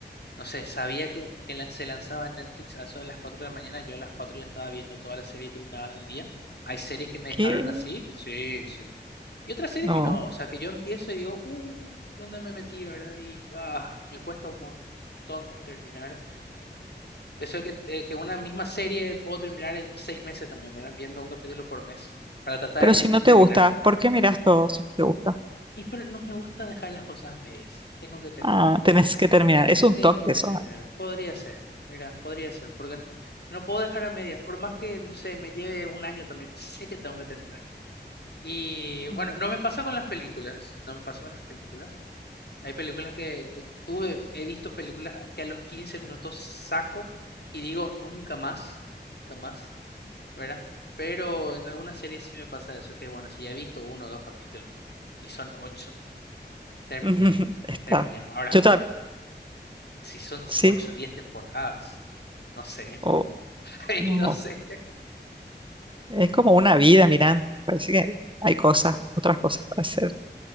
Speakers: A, on the left; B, on the right.
A: No sé, sabía que, que la- se lanzaba en Netflix a eso de las 4 de la mañana. Yo a las 4 ya estaba viendo toda la serie y terminaba en el día. Hay series que me
B: ¿qué?
A: dejaron así, sí, sí. Y otras series
B: No.
A: que no, o sea, que yo empiezo y digo, uh, ¿dónde me metí, verdad? Y ah, me cuesta un montón terminar. Eso es que, eh, que una misma serie puedo terminar en seis meses también, ¿verdad? Viendo un capítulo por mes para tratar
B: Pero
A: de
B: si
A: de
B: no
A: terminar.
B: te gusta, ¿por qué mirás todo si no te gusta?
A: Y pero no me gusta dejar las cosas a medias, tengo que terminarlas.
B: Ah, tenés que terminar. Es un
A: Tengo
B: toque
A: que
B: eso.
A: terminar. Podría ser. Mira, podría ser. Porque no puedo dejar a medias. Por más que, no sé, me lleve un año también. Sé que tengo que terminar. Y bueno,
B: Mm.
A: no me pasa con las películas. No me pasa con las películas. Hay películas que eh, tuve, he visto películas que a los 15 minutos saco y digo nunca más. Nunca más. ¿Verdad? Pero en algunas series sí me pasa eso. Que bueno, si ya he visto uno o dos capítulos y son ocho, terminemos.
B: <laughs> Está.
A: Terminemos. Ahora,
B: Yo también,
A: si son
B: sí,
A: ocho o diez temporadas. No sé.
B: o
A: <laughs> Ay,
B: no.
A: no sé.
B: Es como una vida mirando. Parece que hay cosas, otras cosas para hacer.